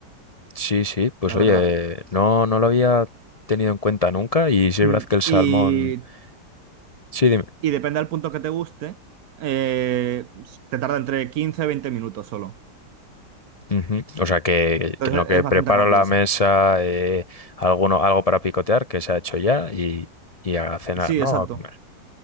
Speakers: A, on the left; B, on the right.
A: Sí, sí, pues
B: la
A: oye,
B: verdad.
A: no, no lo había tenido en cuenta nunca y sí
B: Mm,
A: es verdad que el salmón.
B: Y,
A: Sí, dime.
B: y depende del punto que te guste, eh, te tarda entre 15 y 20 minutos solo.
A: Ujú. O sea, que,
B: Entonces
A: que en lo que
B: es
A: preparo
B: bastante rápido,
A: la
B: sí.
A: mesa, eh, alguno, algo para picotear que se ha hecho ya y, y a cenar,
B: Sí,
A: ¿no?
B: exacto.
A: A comer.